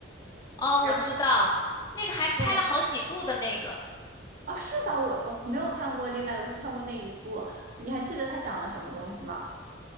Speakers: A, on the left (about 20°); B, on the right (about 45°).
A: 哦，我知道，
B: 然后
A: 那个还拍了好几部的那个。
B: 对哦，是吧？我我没有看过例外的，我就看过那一部。你还记得他讲了什么东西吗？